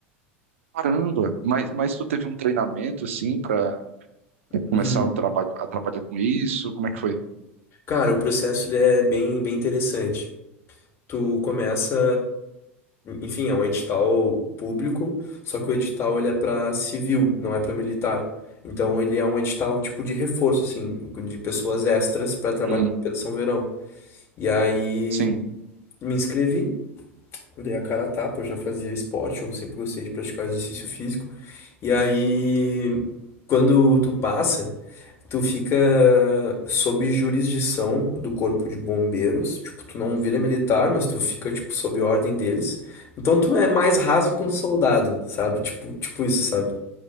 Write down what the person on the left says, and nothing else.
Uhum.
Cara, o processo ele é bem, bem interessante. tu começa, enfim, é um edital público, só que o edital ele é para civil, não é para militar. Então ele é um edital tipo de reforço assim, de pessoas extras para trabalhar
na Operação Verão. E aí
me inscrevi, dei a cara a tapa, eu já fazia esporte, eu sempre gostei de praticar exercício físico. E aí quando tu passa Tu fica sob jurisdição do corpo de bombeiros, tipo, tu não vira militar, mas tu fica, tipo, sob ordem deles. Então tu é mais raso que um soldado, sabe? Tipo, tipo isso, sabe?